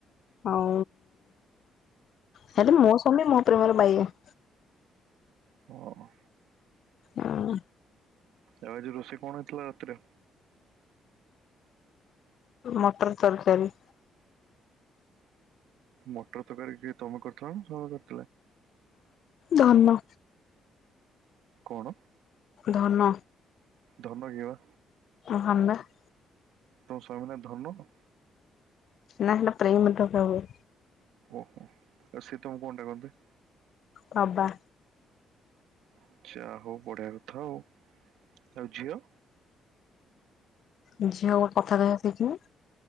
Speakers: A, on the left; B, on the right.
A: ହଉ ହେଲେ ମୋ ସ୍ୱାମୀ ମୋ ପ୍ରେମର ବାୟା।
B: ଓହୋ।
A: ହଁ।
B: ଆଉ ଆଜି ରୋଷେଇ କଣ ହେଇଥିଲା ରାତିରେ।
A: ମଟର ତରକାରୀ।
B: ମଟର ତରକାରୀ କିଏ ତମେ କରିଥିଲ ନା ସ୍ୱାମୀକ
A: ଧନ।
B: କଣ?
A: ଧନ।
B: ଧନ କିଏ ବା?
A: ମୋ ସ୍ୱାମୀ ପା।
B: ତମ ସ୍ୱାମୀ ନା ଧନ।
A: ନାହିଁ ଲୋ ପ୍ରେମ୍ ରେ ଡକା ହୁଏ।
B: ଓହୋ ଆଉ ସେ ତମକୁ କଣ ଡାକନ୍ତି?
A: ତବା।
B: ଆଛା ହଉ ବଢିଆ କଥା ଆଉ ଆଉ ଝିଅ।
A: ଝିଅ ମୋ କଥା କହିଆ ଶିଖିନି।